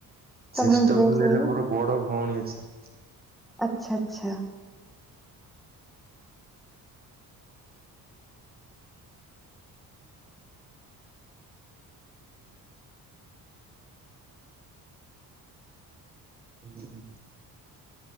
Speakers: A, in the centre; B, on the right.
A: ତମର
B: ଶ୍ରୀଷ୍ଟପୁରରେ
A: ଡ୍ରେସ ହେଇନି
B: ମୋର ବଡ ଭଉଣୀ ଅଛି।
A: ଆଚ୍ଛା ଆଚ୍ଛା।
B: ଉଁ ହୁଁ।